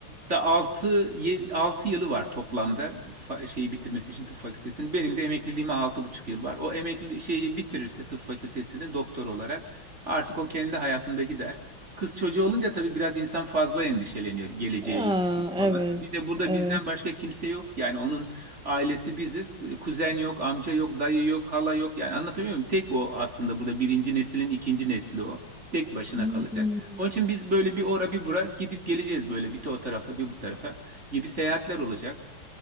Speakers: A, on the right (about 30°); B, in the centre.
A: da 6 altı yılı var toplamda fa- şeyi bitirmesi için tıp fakültesini. Benim de emekliliğime altı buçuk yıl var. O emekli şeyi bitirirse tıp fakültesini doktor olarak artık o kendi hayatında gider. Kız çocuğu olunca tabii biraz insan fazla endişeleniyor geleceğe
B: Aa,
A: yönelik falan.
B: evet,
A: Bir de burada
B: evet.
A: bizden başka kimse yok. Yani onun ailesi biziz. Ee, Kuzen yok, amca yok, dayı yok, hala yok. Yani anlatabiliyor muyum? Tek o aslında burada birinci neslin ikinci nesli o. Tek başına
B: Hmm,
A: kalacak. Onun için biz böyle bir ora bir bura gidip geleceğiz böyle bir de o tarafa bir bu tarafa gibi seyahatler olacak.